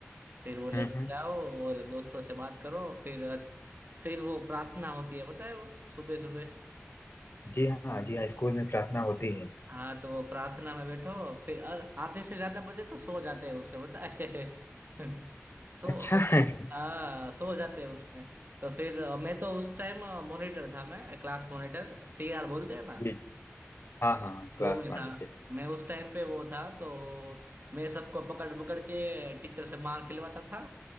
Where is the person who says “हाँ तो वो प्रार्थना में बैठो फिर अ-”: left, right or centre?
Right